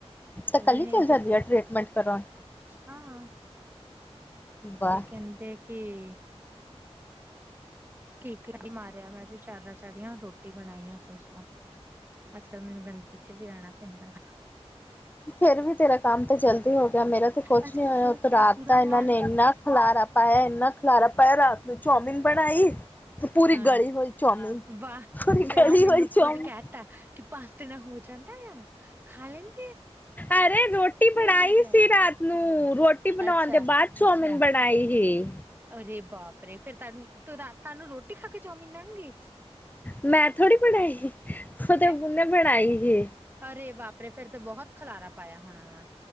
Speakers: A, on the left; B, on the right.
A: ਤਾਂ ਕੱਲੀ
B: ਅਭਨ
A: ਚੱਲ ਜਾਂਦੀ
B: ਸੀ
A: ਆ ਟ੍ਰੀਟਮੈਂਟ ਕਰਵਾਉਣ
B: ਹਾਂ-ਹਾਂ
A: ਵਾਹ
B: ਤੇ ਕਹਿੰਦੇ ਕਿ ਕੇਕਾ ਵੀ ਮਾਰਿਆ ਵਾਰ ਜ਼ਿਆਦਾ ਸਾਰੀਆ ਰੋਟੀ ਬਣਾਈ ਆ ਸੋਸਲਾ ਅੱਜ- ਕੱਲ੍ਹ ਮੈਨੂੰ ਗੰਦਗੀ ਚ ਵੀ ਰਹਿਣਾ ਪੈਂਦਾ ਵਾ
A: ਫਿਰ ਵੀ ਤੇਰਾ ਕੰਮ ਤੇ ਜਲਦੀ ਹੋ ਗਿਆ ਮੇਰਾ ਤੇ ਕੁਛ
B: ਅੱਜ
A: ਨੀ
B: ਕੱਲ
A: ਹੋਇਆ
B: ਸੋਚ
A: ਉਤੋ
B: ਮੇਰਾ
A: ਰਾਤ
B: ਬੁਰਾ
A: ਤਾ
B: ਹਾਲ
A: ਇਹਨਾਂ ਨੇ ਇੰਨਾ ਖਲਾਰਾ ਪਾਇਆ ਇੰਨਾ ਖਲਾਰਾ ਪਾਇਆ ਰਾਤ ਨੂੰ ਚੌਮਿਨ ਬਣਾਈ। ਪੂਰੀ
B: ਹਾਂ।
A: ਗਲੀ ਹੋਈ ਚੌਮਨ
B: ਵਾਹ
A: ਪੂਰੀ
B: ਪਹਿਲਾਂ
A: ਗਲੀ
B: ਮੈਨੂੰ
A: ਹੋਈ ਚੌਮਨ
B: ਖੁਦ ਕਹਿ ਤਾ ਪਾਸ ਦਿਨ ਹੋ ਜਾਂਦਾ ਆ ਖਾ ਲੈਂਦਾ।
A: ਅਰੇ ਰੋਟੀ ਬਣਾਈ
B: ਹੁੰਦੀਆਂ
A: ਸੀ
B: ਵਾ
A: ਰਾਤ ਨੂੰ ਰੋਟੀ ਬਣਾਉਣ
B: ਅੱਛਾ।
A: ਦੇ ਬਾਅਦ ਚੋਮਨ ਬਣਾਈ ਸੀ।
B: ਅਰੇ ਬਾਪਰੇ ਫਿਰ ਤਹਾਨੂੰ ਰਾਤਾਂ ਨੂੰ ਰੋਟੀ ਖਾ ਕੇ ਚੌਮਨ ਲੱਗ ਗਈ।
A: ਮੈਂ ਥੋੜ੍ਹੀ ਬਣਾਈ ਉਹ ਤੇ
B: ਹੈਂ,
A: <unintelligible> ਨੇ ਬਣਾਈ ਸੀ।
B: ਅਰੇ ਵਾਪਰੇ ਫਿਰ ਤੋਂ ਬਹੁਤ ਖਲਾਰਾ ਪਾਇਆ ਹੋਣਾ ਵਾ।